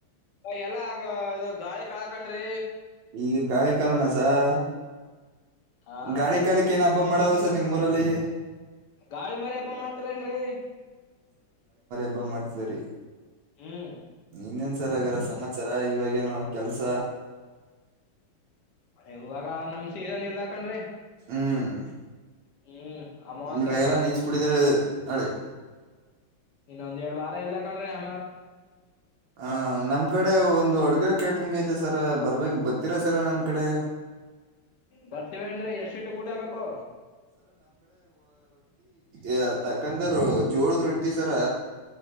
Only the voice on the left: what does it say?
ಎಲ್ಲ ಆ ಅದು ಗಾಳಿ ಕಾಳ ಕಣ್ರೀ
ಹಾ
ಗಾಳಿ ಮರಿ ಹಬ ಮಾಡ್ತರೇನ್ರಿ
ಹ್ಮ್
ಇವಾಗ ನಮ್ ಸೀಸನ್ ಇಲ್ಲಾಕಂಡ್ರಿ
ಹ್ಮ್ ಅಮಾವಾಸ್ಯೆ
ಇನ್ನೊಂದ್ ಎರಡ್ ವಾರ ಇಲ್ಲಾ ಕಂಡ್ರೆ ಆ
ಬರ್ತೀವನ್ರಿ ಎಷ್ಟು ಗಂಟೆಗೆ ಊಟ ಬೇಕು